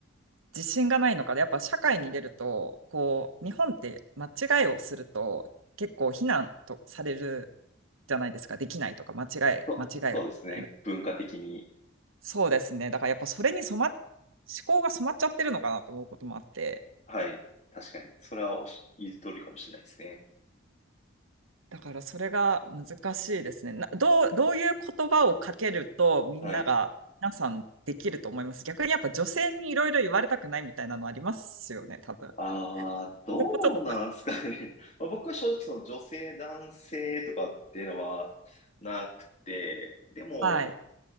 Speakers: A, on the right; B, on the left.
A: 自信がないのかで、やっぱ社会に出ると、こう、日本って間違いをすると結構非難とされるじゃないですか、できないとか、間違い、
B: そ、
A: 間違いがみたいな。
B: そうですね。文化的に。
A: そうですね。だからやっぱそれに染まっ、思考が染まっちゃってるのかなと思うこともあって。
B: はい。確かに。それはおっし、言う通りかもしれないですね。
A: だからそれが難しいですね。などう、どういう言葉をかけるとみんなが、
B: はい。
A: 皆さんできると思います。逆にやっぱ女性にいろいろ言われたくないみたいなのありますよね、多分。
B: ああ、どうなんですかね。
A: それもちょっと
B: <laughs> まあ、僕は正直その女性、男性とかっていうのはなくて、でも、
A: はい、